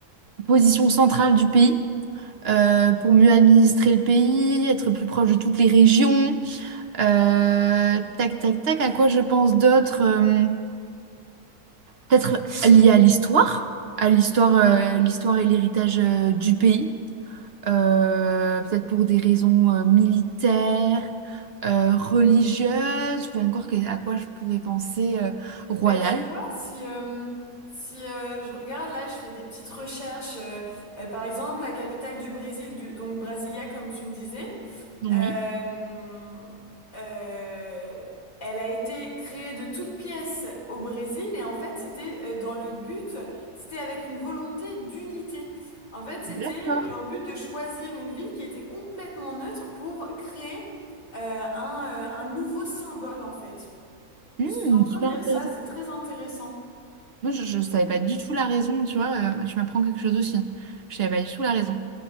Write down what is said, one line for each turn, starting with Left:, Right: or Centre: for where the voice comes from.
Right: position centrale du pays, euh, pour mieux administrer le pays, être plus proche de toutes les régions. Euh, tac, tac, tac, à quoi je pense d'autre? euh, peut-être lié à l'histoire, à l'histoire, euh, l'histoire et l'héritage euh, du pays. euh, peut-être pour des raisons euh, militaires, euh, religieuses, ou encore que- à quoi je pourrais penser euh, royal.
Left: Bah tu vois, si euh, si euh, je regarde là, je fais des petites recherches, euh, euh, par exemple la capitale du Brésil, du, donc Brasilia comme tu me disais,
Right: Oui.
Left: Euh, euh, elle a été créée de toutes pièces au Brésil et en fait c'était euh, dans le but, c'était avec une volonté d'unité. En fait c'était
Right: D'accord.
Left: leur but de choisir une ville qui était complètement neutre pour créer euh, un, euh, un nouveau symbole en fait. Je
Right: Hmm,
Left: suis en train
Right: super
Left: de lire
Right: intéressant.
Left: ça, c'est très intéressant.
Right: Moi, je ne savais pas du tout la raison, tu vois, euh, tu m'apprends quelque chose aussi. Je savais pas du tout la raison.